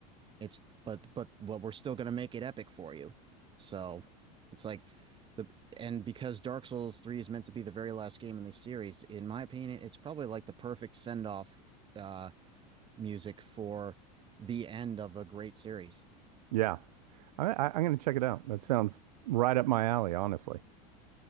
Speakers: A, on the right (about 25°); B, on the right (about 85°).
A: it's but but but we're still gonna make it epic for you. So it's like the and because Dark Souls 3 is meant to be the very last game in the series, in my opinion, it's probably like the perfect send-off uh music for the end of a great series.
B: Yeah. I, I, I'm going to check it out. That sounds right up my alley, honestly.